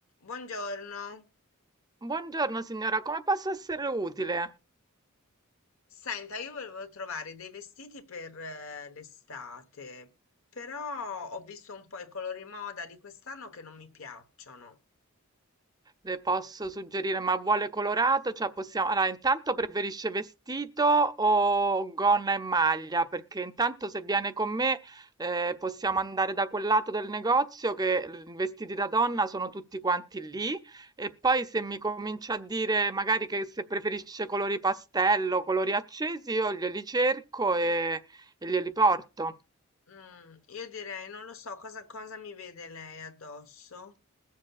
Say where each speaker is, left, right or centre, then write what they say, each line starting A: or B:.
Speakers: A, on the left; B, on the right.
A: Buongiorno.
B: Buongiorno signora, come posso essere utile?
A: Senta, io volevo trovare dei vestiti per eh, l'estate, però ho visto un po' i colori moda di quest'anno che non mi piacciono.
B: Le posso suggerire, ma vuole colorato? Cioè possiamo... Allora, intanto preferisce vestito o gonna e maglia? Perché intanto se viene con me eh, possiamo andare da quel lato del negozio che eh, i vestiti da donna sono tutti quanti lì e poi se mi comincia a dire magari che se preferisce colori pastello, colori accesi, io glieli cerco e, e glieli porto.
A: Mm, io direi, non lo so, cosa, cosa mi vede lei addosso?